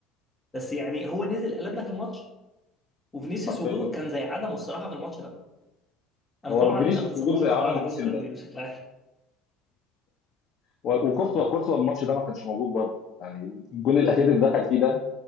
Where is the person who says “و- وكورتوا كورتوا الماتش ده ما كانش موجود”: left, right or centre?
Left